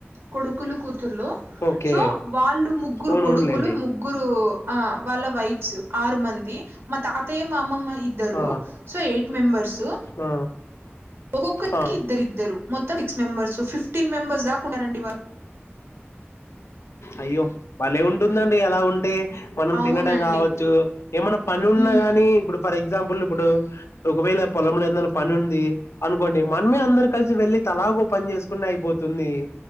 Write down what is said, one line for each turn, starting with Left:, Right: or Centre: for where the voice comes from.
Right: కొడుకులు కూతుర్లు
Left: ఓకే
Right: సో వాళ్ళు ముగ్గురు
Left: ఓను
Right: కొడుకులు
Left: అవునులేండి
Right: ముగ్గురు ఆ వాళ్ళ వైఫ్ స్ ఆరు మంది మా తాతయ్య మామమ్మ ఇద్దరు
Left: ఆ
Right: సో ఎయిట్ మెంబర్సు
Left: ఆ
Right: ఒక్కొక్కరి
Left: ఆ
Right: ఇద్దరిద్దరు మొత్తం సిక్స్ మెంబర్స్ ఫిఫ్టీన్ మెంబర్స్ దాకున్నరండి వాళ్
Left: అయ్యో భలే ఉంటుందండి అలా ఉంటే మనం
Right: అవునండి
Left: తినడం కావచ్చు ఏమై పని ఉన్నా
Right: ఉమ్
Left: కాగానీ ఇప్పుడు ఫర్ ఎగ్జా గ్జాంపుల్ ఇప్పుడు ఒకవేళ పొలంలో ఎదైనా పనిం ది అనుకోండి మనమే అందరు కలిసి వెళ్ళి తలా ఒక పని చేసుకన్న అయిపోతుంది